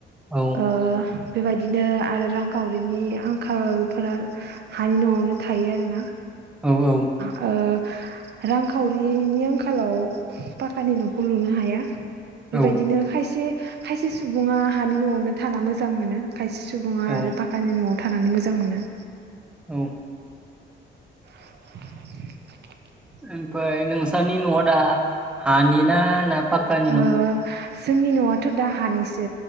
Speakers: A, in the centre; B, on the right.
A: औ
B: ओ बेबायदिनो आरो रांखावरिनि आंखालफोरा हानि न'आवनो थायो आरोना
A: औ-औ
B: ओ रांखावरिनि आंखालाव पाखानि न'खौ लुनो हाया
A: औ
B: बेबायदिनो खायसे खायसे सुबुङा हानि न'आवनो थाना मोजां मोनो खायसे सुबुङा
A: औ
B: आरो फाकानि न'आव थानानै मोजां मोनो
A: औ
B: <inaudible>
A: ओमफ्राय नोंसोरनि न' दा हानि ना पाक्कानि
B: ओ
A: न'
B: जोंनि न'आथ' दा हानिसो